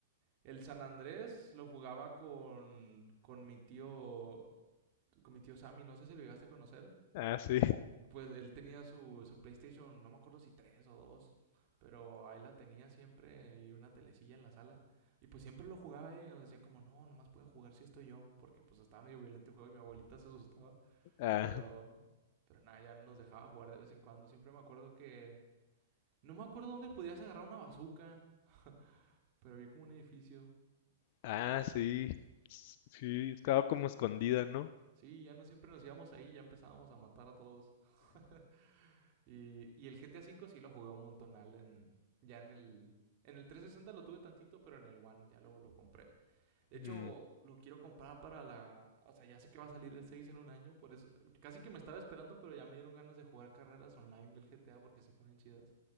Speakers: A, on the right (about 45°); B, on the left (about 50°).
A: el San Andrés lo jugaba con, con mi tío, con mi tío Sammy. No sé si lo llegaste a conocer.
B: Ah, sí.
A: Pues él tenía su, su PlayStation, no me acuerdo si tres o dos, pero ahí la tenía siempre y una telecilla en la sala. Y pues siempre lo jugaba él y nos decía como, no, nomás puede jugar si estoy yo, porque pues estaba medio violento el juego y mi abuelita se asustaba.
B: Ah,
A: Pero, pero nada, ya nos dejaba jugar de vez en cuando. Siempre me acuerdo que, no me acuerdo dónde podías agarrar una bazuca, <laughs> pero vi como un edificio
B: ah, sí. S- Sí, estaba como escondida, ¿no?
A: Sí, ya no siempre nos íbamos ahí, ya empezábamos a matar a todos. <laughs> Y, y el GTA V sí lo jugué un montonal en, ya en el, en el trescientos sesenta lo tuve tantito, pero en el One ya luego lo compré. De hecho,
B: Mm.
A: lo quiero comprar para la, o sea, ya sé que va a salir el 6 en un año, por eso, casi que me estaba esperando, pero ya me dieron ganas de jugar carreras online del GTA porque se ponen chidas.